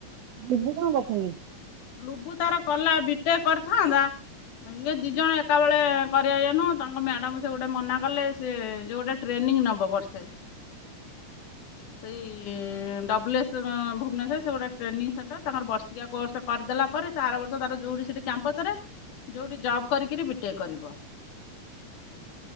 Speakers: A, on the right; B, on the left.
A: ଲୁବୁ କଣ କରୁସନ୍ତି।
B: ଲୁବୁ ତାର କଲା ବିଟେକ କରିଥାନ୍ତା ଇଏ ଦି ଜଣ ଏକା ବେଳେ କରିବା ଇଏ ନୁହୁଁ ତାଙ୍କ ମ୍ୟାଡ଼ାମ ସେ ଗୋଟେ ମନା କଲେ ସେ ଯେ ଗୋଟେ ଟ୍ରେନିଂ ନେବ ବର୍ଷେ।
A: <unintelligible>
B: ସେଇ ଏସ ଡବ୍ଲୁ ଭୁବନେଶ୍ଵର ସେ ଗୋଟେ ଟ୍ରେନିଂ ସେଣ୍ଟର ତାଙ୍କର ବର୍ଷିକିଆ କୋର୍ଷ କରିଦେଲା ପରେ ତା ଆର ବର୍ଷ ତାର ଯୋଉଠି ସେଠି କ୍ୟାମ୍ପସ ରେ ଯୋଉଠି ଜବ୍ କରିକିରି ବିଟେକ କରିବ।
A: <unintelligible>